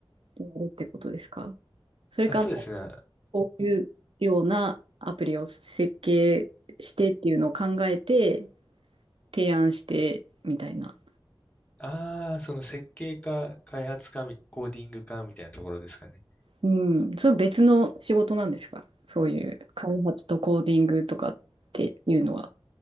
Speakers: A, on the right; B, on the left.
A: やるってことですかそれか、
B: あ、そうですね。
A: こういうようなアプリを設計してっていうのを考えて提案してみたいな。
B: ああ、その設計か開発かみコーディングかみたいなところですかね。
A: うん、それは別の仕事なんですかそういう開発とコーディングとかっていうのは。